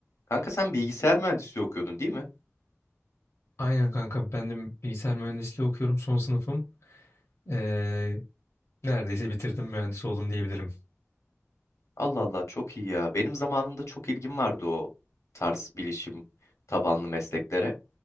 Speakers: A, on the left; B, on the left.
A: Kanka sen bilgisayar mühendisliği okuyordun değil mi?
B: Aynen kanka ben de bilgisayar mühendisliği okuyorum son sınıfım. Ee, neredeyse bitirdim mühendis oldum diyebilirim.
A: Allah Allah çok iyi ya. Benim zamanımda çok ilgim vardı o tarz bilişim tabanlı mesleklere.